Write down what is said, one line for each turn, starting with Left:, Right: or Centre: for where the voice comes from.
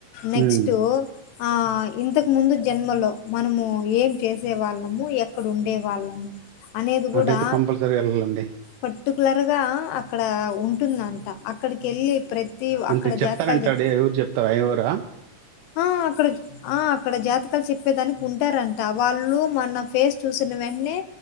Left: నెక్స్ట్
Right: ఉమ్
Left: ఆ ఇంతకు ముందు జన్మలో మనము ఏం చేస్ చేసే వాళ్ళము ఎక్కడ ఉండే వాళ్ళము అనేది కూడా
Right: అటైతే కంపల్సరీ వెళ్ళాలండి
Left: పర్టికులర్ గా అక్కడ ఉంటుందంట అక్కడికి వెళ్ళి ప్రతి
Right: అంటే
Left: అక్కడ
Right: చెప్తారంటాడు
Left: జాతకాలు చెప్
Right: ఐ ఊరు చెప్తారా ఐ రా
Left: ఆ అక్కడ ఆ అక్కడ జాతకాలు చెప్పేదానికి ఉంటారంట వాళ్ళు మన ఫేస్ చూసిన వెంటనే